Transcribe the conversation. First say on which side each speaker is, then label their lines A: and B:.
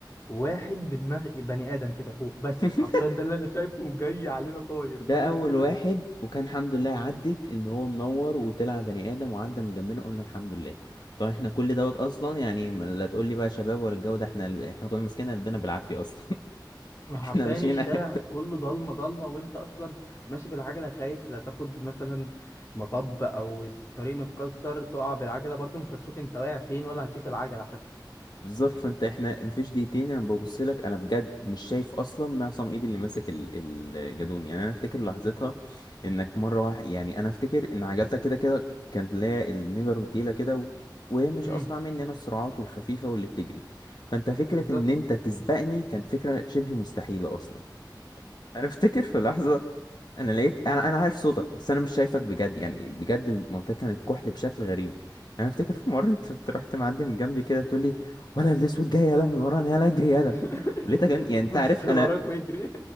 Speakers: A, on the left; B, on the left.
A: واحد بدماغ بني ادم كده فوق بس
B: <laughs>
A: حرفيا ده اللي انا شايفه وجاي علينا طاير
B: ده
A: طاير
B: اول
A: طاير
B: واحد وكان الحمد لله عدت ان هو منور وطلع بني ادم وعدى من جنبنا قلنا الحمد لله طب احنا كل دوت اصلا يعني ما- لا تقول لي بقى شباب ولا الجو ده احنا احنا كنا ماسكين قلبنا بالعافيه اصلا <laughs>
A: حرفيا
B: احنا ماشيين
A: الشارع
B: <laughs>
A: كله ضلمه ضلمه وانت اصلا ماشي بالعجله خايف لا تاخد مثلا مطب او الطريق متكسر تقع بالعجله برضه مش هتشوف انت واقع فين ولا هتشوف العجله حتى
B: بالظبط فانت احنا مفيش دقيقتين انا ببص لك انا بجد مش شايف اصلا معصم ايد اللي ماسك ال- الجدون يعني انا افتكر لحظتها انك مره واحد يعني انا افتكر ان عجلتك كده كده كانت لا النيجر والديله كده و... وهي مش
A: امم
B: اسرع مني انا السرعات والخفيفه واللي بتجري فانت فكره
A: بالظبط
B: ان انت تسبقني كانت فكره شبه مستحيله اصلا انا افتكر في لحظه انا لقيت انا انا عارف صوتك بس انا مش شايفك بجد يعني بجد المنطقه كانت كحل بشكل غريب انا افتكر في مره انت أنت رحت معدي من جنبي كده بتقول لي ولا الاسود جاي يلا من ورانا يلا اجري يلا
A: <laughs>
B: ولقيتك أن- يعني انت
A: بص
B: عارف انا
A: وراك ويجري